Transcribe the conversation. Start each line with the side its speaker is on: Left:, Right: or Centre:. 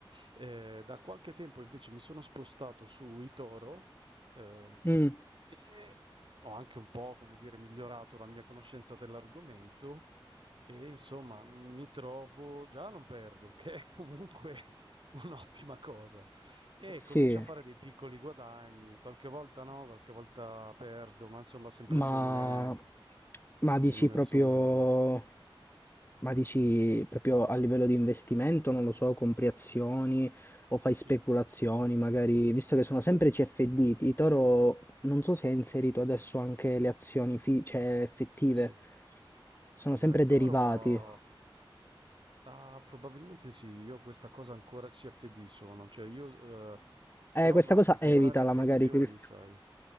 Right: eh, da qualche tempo invece mi sono spostato su eToro, eh,
Left: Mm,
Right: e ho anche un po', come dire, migliorato la mia conoscenza dell'argomento. E insomma, mi trovo, già non perdo, <laughs> che è comunque <laughs> un'ottima cosa. E
Left: sì.
Right: comincio a fare dei piccoli guadagni, qualche volta no, qualche volta perdo, ma insomma sempre
Left: Ma,
Right: somme,
Left: ma
Right: sem-
Left: dici proprio,
Right: somme minime.
Left: ma dici proprio a livello di investimento, non lo so, compri azioni o fai
Right: Sì.
Left: speculazioni, magari, visto che sono sempre CFD, ti- Toro non so se ha inserito
Right: Mm.
Left: adesso anche le azioni fi- cioè, effettive,
Right: Sì, sì.
Left: sono
Right: Allora,
Left: sempre
Right: i toro,
Left: derivati.
Right: ah, ah, probabilmente sì, io questa cosa ancora CFD sono, cioè io, eh,
Left: Eh,
Right: però
Left: questa
Right: no,
Left: cosa
Right: puoi comprare
Left: evitala
Right: anche
Left: magari.
Right: azioni,
Left: che-
Right: sai.